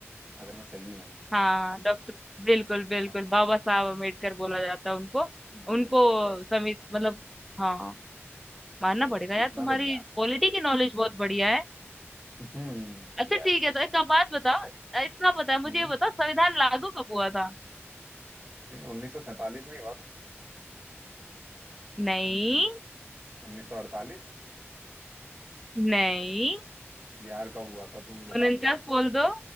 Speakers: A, on the right; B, in the centre.
A: अगर मैं सही हूँ
B: हाँ डॉक्टर बिल्कुल बिल्कुल
A: हाँ
B: बाबा साहब अम्बेडकर बोला जाता है उनको
A: Yes
B: उनको
A: yes
B: समित मतलब हाँ मानना
A: चलो
B: पड़ेगा यार
A: इतना
B: तुम्हारी
A: तो याद
B: पॉलिटी की नॉलेज बहुत बढ़िया है
A: हम्म
B: अच्छा
A: यस
B: ठीक है तो एक बात बताओ अ, इतना पता है मुझे
A: हम्म
B: ये बताओ संविधान लागू कब हुआ था
A: उन्नीस सौ सैतालीस में ही हुआ था
B: नहीं
A: उन्नीस उन्नीस सौ अड़तालीस
B: नहीं
A: यार कब हुआ था तुम ही बता
B: उनचास
A: दो
B: बोल दो